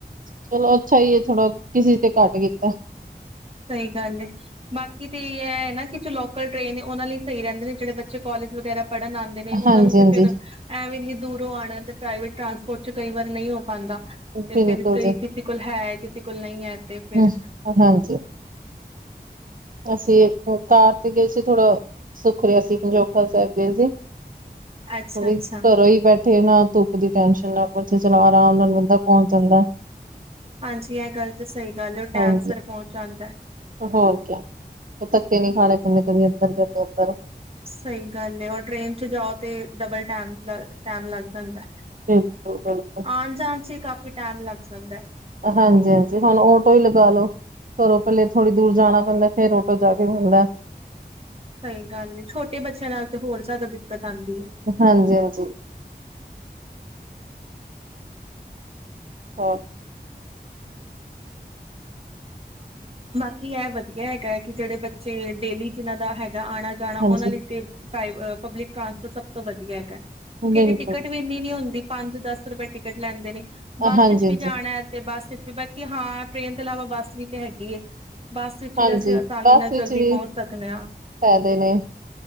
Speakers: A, on the right; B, on the right.
A: ਚਲੋ ਅੱਛਾ ਈ ਏ ਥੋੜਾ ਕਿ ਸੇਚ ਤੇ ਘਾੱਟ ਕੀਤੈ।
B: ਸਈ ਗਾੱਲ ਏ, ਬਾਕੀ ਤੇ ਐ ਏ ਨਾ ਕਿ ਜੋ ਲੋਕਲ ਟ੍ਰੇਨ ਔਨਾ ਲਈ ਸਈ ਰੈਂਦੇ ਨੇ ਜੜੇ ਬੱਚੇ ਕੋਲੇਜ ਵਗੈਰਾ ਪੜਨ ਆਂਦੇ ਨੇ
A: ਹਾਂਜੀ-ਹਾਂਜੀ
B: ਔਨਾਂ ਨੂੰ ਤੇ ਫੇਰ ਐਂ ਵੀ ਇੰਨੀ ਦੂਰੋਂ ਆਣਾ ਤੇ ਪ੍ਰਾਈਵੇਟ ਟਰਾਂਸਪੋਰਟ ਚ ਕਈ ਵਾਰ ਨਈ ਓ ਪਾਂਦਾ। ਤੇ
A: ਬਿਲਕੁਲ
B: ਫੇਰ ਕਈ
A: ਜੀ
B: ਕਿਸੇ ਕੋਲ ਹੈ ਕਿਸੇ ਕੋਲ ਨਈ ਹੈ ਤੇ ਫੇਰ
A: ਹੂੰ ਹਾਂਜੀ। ਅਸੀਂ ਕਾਰ ਤੇ ਗਏ ਸੀ ਥੋੜਾ ਸੁੱਖ ਰੇਆ ਸੀ ਪੰਜੋਖੜਾ ਸੈਬ ਗਏ ਸੀ।
B: ਅੱਛਾ
A: ਵੀ
B: ਅੱਛਾ
A: ਘਰੋਂ ਈ ਬੈ ਨਾ ਤੁੱਪ ਦੀ ਟੈਨਸ਼ਨ ਨਾ ਕੁਛ ਚਲੋ ਅਰਾਮ ਨਾਲ ਬੰਦਾ ਪੋਂਚ ਜਾਂਦੈ।
B: ਹਾਂਜੀ ਐ ਗਾੱਲ ਤੇ ਸਈ ਗਾੱਲ ਏ ਓ ਟੈਮ
A: ਹਾਂਜੀ
B: ਸੇਰ ਪੋਂਚ ਜਾਂਦੈ।
A: ਹੋਰ ਕਯਾ, ਤੱਕੇ ਨੀ ਖਾਣੇ ਪੈਂਦੇ ਕਦੀ ਐਦਰ ਕਦੀ ਔਦਰ।
B: ਸਈ ਗਾੱਲ ਏ ਔਰ ਟ੍ਰੇਨ ਚ ਜਾਓ ਤੇ ਡਬਲ ਟੈਮ ਦਾ ਟੈਮ ਲਾੱਗ ਜਾਂਦੈ।
A: ਹੂੰ। ਬਿਲਕੁਲ।
B: ਆਨ ਜਾਨ ਚ ਈ ਕਾਫੀ ਟੈਮ ਲਾੱਗ ਜਾਂਦੈ।
A: ਹਾਂਜੀ-ਹਾਂਜੀ ਹੋਨ ਓਟੋ ਈ ਲਗਾ ਲੋ। ਘਰੋਂ ਪੱਲੇ ਥੋੜੀ ਦੂਰ ਜਾਣਾ ਪੈਂਦੈ ਫੇਰ ਓਟੋ ਜਾ ਕੇ ਮਿਲਦੈ।
B: ਸਈ ਗਾੱਲ ਏ ਛੋਟੇ ਬੱਚੇਆਂ ਨਾਲ ਤੇ ਹੋਰ ਜਾਦਾ ਦਿੱਕਤ ਆਂਦੀ ਏ।
A: ਹਾਂਜੀ-ਹਾਂਜੀ। ਹੋਰ
B: ਬਾਕੀ ਐ ਵਦੀਆ ਐਗੈ ਕਿ ਜੜੇ ਬੱਚੇ ਡੇਲੀ ਜਿਨਾਂ ਦਾ ਹੈਗੈ ਆਣਾ ਜਾਣਾ
A: ਹਾਂਜੀ
B: ਓਨਾ ਲਈ ਤੇ ਪ੍ਰਾਈਵ ਅ ਪਬਲਿਕ ਟਰਾਂਸਪੋਰਟ ਸੱਬ ਤੋ ਵਦੀਆ ਐਗੈ ਕਿਉਕਿ
A: ਬਿਲਕੁਲ
B: ਐਦੀ ਟਿਕਟ ਇੰਨੀ ਨੀ ਓਂਦੀ ਪਾਂਜ-ਦਾੱਸ ਰਪਏ ਟਿਕਟ ਲੈਂਦੇ ਨੇ, ਬੱਸ
A: ਹਾਂਜੀ-ਹਾਂਜੀ,
B: ਏਚ ਵੀ ਜਾਣੈ
A: ਹਾਂਜੀ
B: ਤੇ ਬੱਸ ਇਚ ਵੀ ਬਾਕੀ ਹਾਂ ਟ੍ਰੇਨ ਤੋਂ ਅਲਾਵਾ ਬੱਸ ਵੀ ਤੇ ਹੈਗੀ ਏ। ਬੱਸ ਵਿੱਚ
A: ਹਾਂਜੀ
B: ਵੀ ਅਸੀਂ ਆਸਾਨੀ
A: ਬੱਸ
B: ਨਾਲ
A: ਵਿੱਚ
B: ਜਲਦੀ
A: ਵੀ,
B: ਪਹੁੰਚ ਸਕਦੇ ਹਾਂ
A: ਫੈਦੇ ਨੇ।